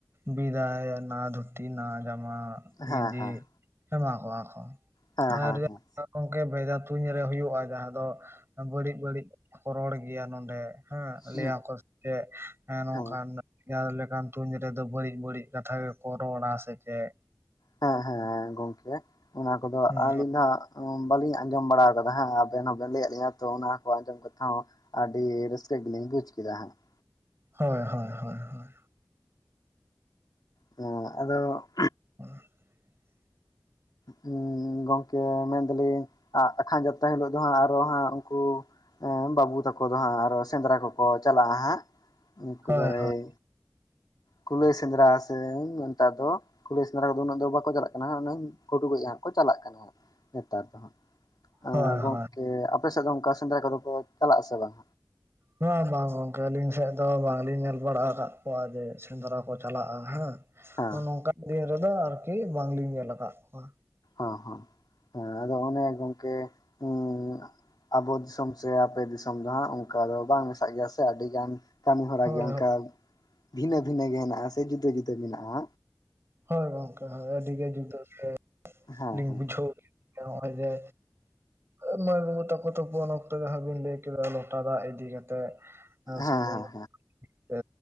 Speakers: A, on the right; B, on the left.
A: ᱵᱤᱫᱟᱭ ᱟᱱᱟ ᱫᱷᱩᱛᱤ ᱱᱟ ᱡᱟᱢᱟᱸ ᱦᱟᱸᱜ
B: ᱦᱮᱸ
A: ᱤᱸᱫᱤ
B: ᱦᱮᱸ
A: ᱮᱢᱟ ᱦᱟᱠᱚᱣᱟ ᱠᱚ
B: ᱦᱮᱸ
A: ᱟᱨ ᱭᱟᱜ
B: ᱦᱮᱸ
A: ᱟᱨ ᱜᱚᱝᱠᱮ ᱵᱷᱮᱡᱟ ᱛᱩᱧ ᱨᱮ ᱦᱩᱭᱩᱜ-ᱟ ᱡᱟᱸᱦᱟ ᱫᱚ ᱮᱸ ᱵᱟᱹᱲᱤᱡ ᱵᱟᱹᱲᱤᱡ ᱠᱚ ᱨᱚᱲ ᱜᱮᱭᱟ ᱱᱚᱸᱰᱮ ᱦᱮᱸᱜ
B: ᱦᱮᱸ
A: ᱞᱟᱹᱭ ᱟᱠᱚ ᱡᱮᱜ ᱮᱸ ᱱᱚᱝᱠᱟᱱ
B: ᱦᱮᱸ
A: ᱡᱟᱸᱦᱟ ᱫᱚ ᱞᱮᱠᱟᱱ ᱛᱩᱧ ᱨᱮᱫᱚ ᱵᱟᱹᱲᱤᱡ ᱵᱟᱹᱲᱤᱡ ᱠᱟᱛᱷᱟ ᱜᱮᱠᱚ ᱨᱚᱲᱼᱟ ᱥᱮ ᱪᱮᱫ?
B: ᱦᱮᱸ ᱦᱮᱸ ᱦᱮᱸ, ᱜᱚᱝᱠᱮ ᱚᱱᱟ ᱠᱚᱫᱚ
A: ᱦᱩᱸ
B: ᱟᱹᱞᱤᱧ ᱫᱚ ᱦᱟᱸᱜ ᱚᱸᱻᱢ ᱵᱟᱹᱞᱤᱧ ᱟᱸᱡᱚᱢ ᱵᱟᱲᱟ ᱟᱠᱟᱫᱟ ᱦᱮᱸ, ᱟᱵᱮᱱ ᱦᱚᱸ ᱵᱮᱱ ᱞᱟᱹᱭ ᱟᱫ ᱞᱤᱧᱟ ᱛᱚ ᱚᱱᱟ ᱠᱚ ᱟᱸᱡᱚᱢ ᱠᱟᱛᱷᱟ ᱦᱚᱸ ᱟᱹᱰᱤ ᱨᱟᱹᱥᱠᱟᱹ ᱜᱮᱞᱤᱧ ᱵᱩᱡᱽ ᱠᱮᱫᱟ ᱦᱟᱸᱜ ᱾
A: ᱦᱳᱭ ᱦᱳᱭ ᱦᱳᱭ ᱦᱚᱭ᱾
B: ᱦᱩᱸ ᱟᱫᱚᱜ
A: <inaudible>
B: ᱦᱩᱸ ᱜᱚᱝᱠᱮ ᱢᱮᱱ ᱫᱟ ᱞᱤᱧ ᱟ ᱟᱠᱷᱟᱱ ᱡᱟᱛᱨᱟ ᱦᱤᱞᱳᱜ ᱫᱚ ᱦᱟᱸᱜ ᱟᱨᱦᱚᱸ ᱦᱟᱸᱜ ᱩᱸᱠᱩ ᱮᱸ ᱵᱟᱹᱵᱩ ᱛᱟᱠᱚ ᱫᱚ ᱦᱟᱸᱜ ᱟᱨᱦᱚᱸ ᱥᱮᱸᱫᱽᱨᱟ ᱠᱚᱠᱚ ᱪᱟᱞᱟᱜ-ᱟ ᱦᱟᱸᱜ ᱩᱸᱠᱩ
A: ᱦᱳᱭ
B: ᱫᱚ
A: ᱦᱳᱭ
B: ᱮᱭ ᱠᱩᱞᱟᱹᱭ ᱥᱮᱸᱫᱽᱨᱟ ᱥᱮ ᱢᱮᱱ ᱴᱟ ᱫᱚ ᱠᱩᱞᱟ. ᱭ ᱥᱮᱸᱫᱽᱨᱟ ᱠᱚᱫᱚ ᱩᱱᱟᱹᱜ ᱫᱚ ᱵᱟᱠᱚ ᱪᱟᱞᱟᱜ ᱠᱟᱱᱟ ᱦᱩᱱᱟᱹᱝ, ᱜᱩᱰᱩ ᱜᱚᱡᱽ ᱦᱟᱸᱜ ᱠᱚ ᱪᱟᱞᱟᱜ ᱠᱟᱱᱟ ᱦᱟᱸᱜ ᱱᱮᱛᱟᱨ ᱫᱚ ᱦᱟᱸᱜ ᱾ ᱟᱸ
A: ᱦᱳᱭ
B: ᱜᱚᱝᱠᱮ
A: ᱦᱳᱭ
B: ᱟᱯᱮ ᱥᱮᱫ ᱫᱚ ᱚᱸᱠᱟ ᱥᱮᱸᱫᱽᱨᱟ ᱠᱚᱫᱚ ᱠᱚ ᱪᱟᱞᱟᱜ-ᱟ ᱥᱮ ᱵᱟᱝ?
A: ᱵᱟᱝᱼᱟᱸ ᱵᱟᱝ ᱜᱚᱝᱠᱮ ᱟᱹᱞᱤᱧ ᱥᱮᱫ ᱫᱚ ᱵᱟᱝ ᱞᱤᱧ ᱧᱮᱞ ᱵᱟᱲᱟ ᱦᱟᱠᱟᱜ ᱠᱚᱣᱟ ᱡᱮ ᱥᱮᱸᱫᱽᱨᱟ ᱠᱚ ᱪᱟᱞᱟᱜ-ᱟ ᱦᱮᱸ?
B: ᱦᱮᱸ
A: ᱛᱚ ᱱᱚᱝᱠᱟᱱ ᱰᱤᱭᱟᱹ ᱨᱮᱫᱚ ᱟᱨᱠᱤ ᱵᱟᱝ ᱞᱤᱧ ᱧᱮᱞ ᱟᱠᱟᱜ ᱠᱚᱣᱟ ᱾
B: ᱚᱦᱚᱸ, ᱦᱮᱸ ᱟᱫᱚ ᱚᱱᱮ ᱜᱚᱝᱠᱮ
A: <inaudible>
B: ᱩᱸ ᱟᱵᱚ ᱫᱤᱥᱚᱢ ᱥᱮ ᱟᱯᱮ ᱫᱤᱥᱚᱢ ᱫᱚ ᱦᱟᱸᱜ ᱚᱸᱠᱟ ᱫᱚ ᱵᱟᱝ ᱢᱮᱥᱟᱜ ᱜᱮᱭᱟ ᱥᱮ ᱟᱹᱰᱤ ᱜᱟᱱ ᱠᱟᱹᱢᱤ ᱦᱚᱨᱟ
A: ᱦᱳᱭ
B: ᱜᱮ ᱚᱸᱠᱟᱵ ᱵᱷᱤᱱᱟᱹ ᱵᱷᱤᱱᱟᱹ ᱜᱮ ᱦᱮᱸᱱᱟᱜ-ᱟ ᱥᱮ ᱡᱩᱫᱟᱹ ᱡᱩᱫᱟᱹ ᱢᱮᱱᱟᱜ-ᱟ,
A: ᱦᱳᱭ ᱜᱚᱝᱠᱮ ᱦᱳᱭ ᱟᱹᱰᱤ ᱜᱮ ᱡᱩᱫᱟᱹ ᱥᱮ
B: ᱦᱮᱸ
A: ᱞᱤᱧ
B: ᱦᱮᱸ
A: ᱵᱩᱡᱷᱟᱹᱣ ᱠᱮᱜ ᱦᱮᱸ ᱱᱚᱜ-ᱚᱭ ᱡᱮ <unintelligible> ᱢᱟᱹᱭ ᱵᱟᱹᱵᱩ ᱛᱟᱠᱚ ᱛᱚᱠᱚ ᱱᱚᱛᱮ ᱫᱚ ᱦᱟᱸᱜ ᱵᱤᱱ ᱞᱟᱹᱭ ᱠᱮᱫᱟ ᱞᱚᱴᱟ ᱫᱟᱜ ᱤᱫᱤ ᱠᱟᱛᱮᱜ ᱮᱸ
B: ᱦᱮᱸ
A: ᱥᱟᱹᱜᱩᱱ
B: ᱦᱮᱸ
A: ᱞᱳ <unintelligible> ᱛᱮ